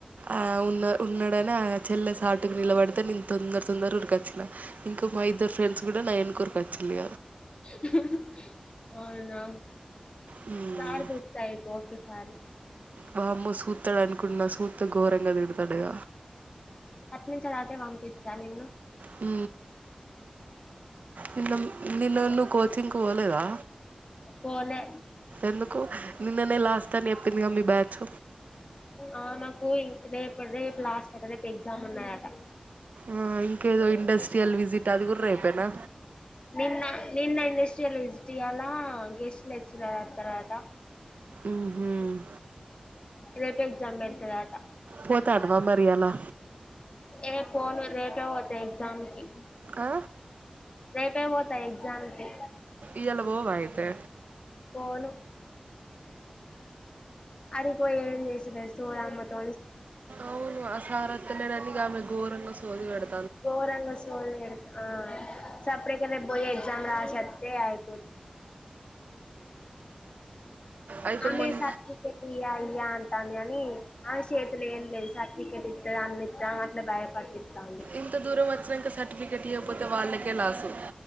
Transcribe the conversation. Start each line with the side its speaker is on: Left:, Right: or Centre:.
Right: ఆ ఉన్న ఉన్నడనే ఆ చెల్లె సా ఆటుకు నిీళబడితే నేను తొందర తొందర ఉరికొచ్చిన ఇంకా మా ఇద్దరు ఫ్రెంస్ కూడా నా ఎనకరుచ్చ ఇలి
Left: హ్హ్హ్ అవునా
Right: హ్మ్.
Left: చార్జ అయిపో ఒకసారి
Right: వామ్మో సూతడు అనుకున్న సూతే ఘోరంగా తిడతడిగ
Left: అట్ నుంచిలా అటే పంపించా నిన్ను
Right: ఉ నిన్న నిన్నన్న కోచింగ్ కు పోలేదా
Left: పోలే
Right: ఎందు నిన్ననే లాస్ట్ అని చెప్పింది క మీ బ్యాచ్
Left: ఆ మాకు రేపు రేపు లాస్ట్ అట రేపు ఎగ్జామ్ ఉన్నాదట
Right: ఆ ఇంకేదో ఇండస్ట్రీ యల్ విజిట్ అది కూడా రేపేనా?
Left: నిన్న నిన్న ఇండస్ట్రీ ఎలా ఇజ తాలలా గెస్ట్ల వచ్చ రా తర్వాత
Right: ఊహ్మ్
Left: రేపల్ జా పెడతుద
Right: పోతానవా మరి ఇయ్యాల?
Left: ఏ ఫోన్ రేపే పోతే ఎగ్జామ్ ఇ
Right: ఆ
Left: రైప పోతా జంపి
Right: ఇలవో వయితే
Left: పోను అదిపోయి ఏం చేసింది స ఆ మ త
Right: అవును అసార త లేనిగా ఆమె ఘోరంగా సోది వెడత్
Left: గోరంగ సోళ ఇడుతు ఆ సపడెకంద బ పోయి ఎక్జామ్ రా ఆసత్తతే ఆయి
Right: అయితే
Left: అమెమె
Right: మొన్
Left: సర్టిఫికెట్ ఇ అని అ చేతులు ఏం లేదు సర్టిఫికేట్ ఇస్త అన్ని ఇస్తాం అట్లా భయపట్టిస్తాంది
Right: ఇంత దూరం వచ్చినాక సర్టిఫికెట్ ఇవ్వకపోతే వాళ్ళకే లాసు